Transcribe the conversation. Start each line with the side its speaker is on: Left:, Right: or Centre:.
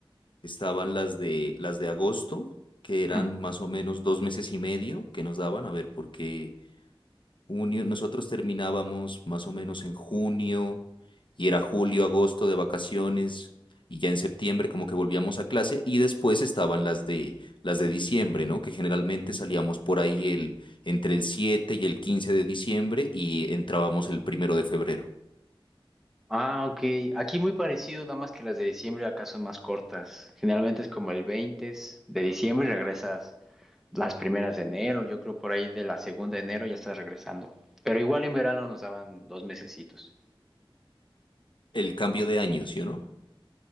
Left: Estaban las de, las de agosto, que
Centre: Ujú.
Left: eran más o menos dos meses y medio que nos daban, a ver, porque Junio, nosotros terminábamos más o menos en junio y era julio, agosto de vacaciones y ya en septiembre como que volvíamos a clase y después estaban las de las de diciembre, ¿no? Que generalmente salíamos por ahí el entre el 7 y el 15 de diciembre y entrábamos el primero de febrero.
Centre: Ah, ok. Aquí muy parecido, nada más que las de diciembre acá son más cortas. Generalmente es como el 20 de diciembre y regresas las primeras de enero, yo creo por ahí de la segunda de enero ya estás regresando. Pero igual en verano nos daban dos mesecitos.
Left: El cambio de año, ¿sí o no?